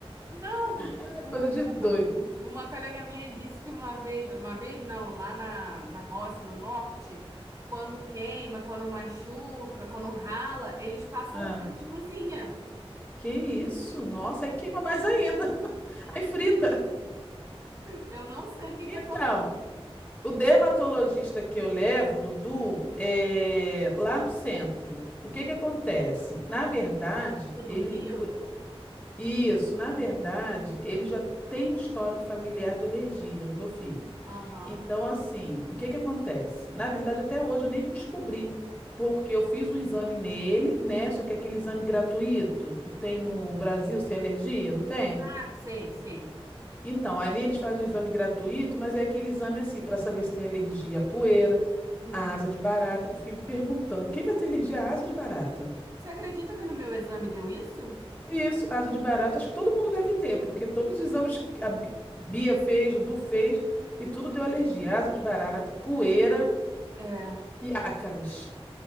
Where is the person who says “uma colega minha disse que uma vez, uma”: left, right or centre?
Right